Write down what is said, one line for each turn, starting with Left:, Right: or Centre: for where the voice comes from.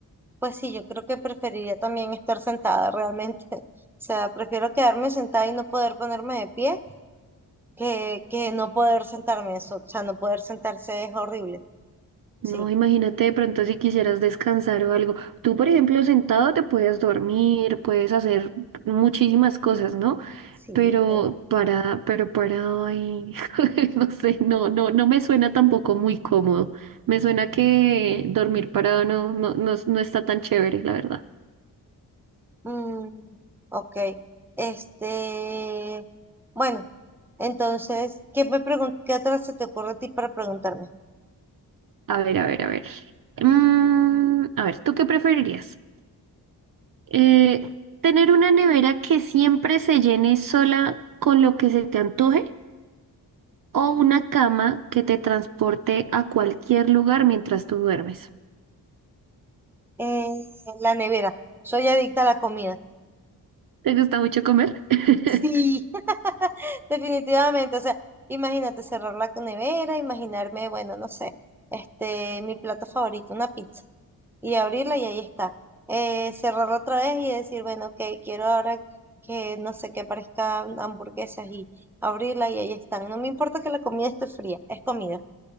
Centre: pues sí, yo creo que preferiría también estar sentada realmente. <laughs> O sea, prefiero quedarme sentada y no poder ponerme de pie que, que no poder sentarme. Eso, o sea, no poder sentarse es horrible.
Right: No,
Centre: Sí,
Right: imagínate de pronto si quisieras descansar o algo. Tú, por ejemplo, sentado te puedes dormir, puedes hacer muchísimas cosas, ¿no?
Centre: sí,
Right: Pero
Centre: pero...
Right: para, pero parado ahí, <laughs> no sé, no, no, no me suena tampoco muy cómodo. Me suena que dormir parado no, no, no, no está tan chévere, la verdad.
Centre: Mm, ok. Este, bueno, entonces, ¿qué me pregun- qué otra se te ocurre a ti para preguntarme?
Right: A ver, a ver, a ver. Mm, a ver, ¿tú qué preferirías? Eh, ¿tener una nevera que siempre se llene sola con lo que se te antoje? o una cama que te transporte a cualquier lugar mientras tú duermes.
Centre: Eh, la nevera. Soy adicta a la comida.
Right: ¿Te gusta mucho comer?
Centre: Sí,
Right: <laughs>
Centre: <laughs> definitivamente. O sea, imagínate cerrar la nevera, imaginarme, bueno, no sé, este, mi plato favorito, una pizza. y abrirla y ahí está. Eh, cerrarla otra vez y decir, bueno, ok, quiero ahora que no sé, que aparezcan hamburguesas y abrirla y ahí están. No me importa que la comida esté fría, es comida.